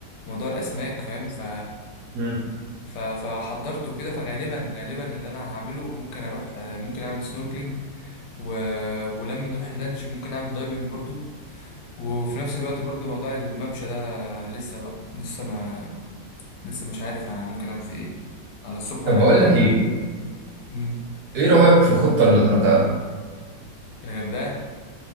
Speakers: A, on the left; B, on the right.
A: موضوع الاسماك فاهم ف
B: امم
A: ف فحضرته كده فغالبا غالبا اللي انا هعمله ممكن اروح ممكن اعمل سنوركلينج و... ولما نروح اللانش ممكن اعمل دايفنج برضو وفي نفس الوقت برضو موضوع الممشى ده لسه بقى لسه ما لسه مش عارف انا ممكن اعمل فيه ايه على الصبح
B: طب
A: ولا
B: بقول
A: بالليل
B: لك ايه
A: امم
B: ايه رايك في خطه للغردقه؟
A: الغردقه